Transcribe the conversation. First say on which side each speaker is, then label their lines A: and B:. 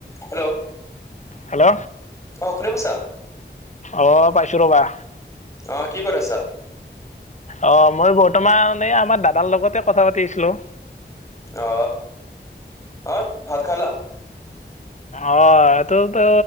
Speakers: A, on the left; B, on the left.
A: হেল্ল'।
B: হেল্ল'।
A: অ', শুনি পাইছা।
B: অ', পাইছোঁ ৰ'বা
A: অ', কি ক'ত আছা।
B: অ', মই বৰ্তমানে আমাৰ দাদাৰ লগতে কথা পাতি আছিলোঁ।
A: অ অত ভাত খালা?
B: অ এইটোতো